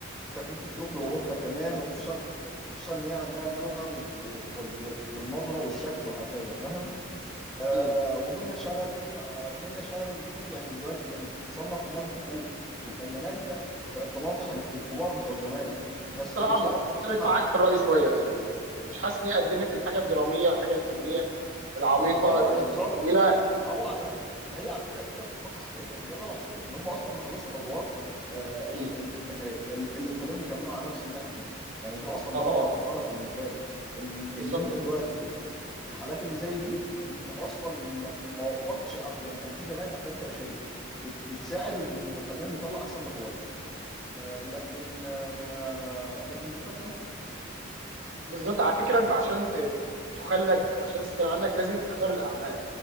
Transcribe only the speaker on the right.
مم.
مم.
بصراحه
م-
مختلف
معاك في الراي شويه يعني مش حاسس ان هي قدمت الحاجه الدراميه الحاجه الفنيه العميقه
الثقيله
مم.
اه
اه
بالظبط
بالظبط على فكره انت عشان ت- تخلد وعشان الناس تتكلم عنك لازم تختار الاعمال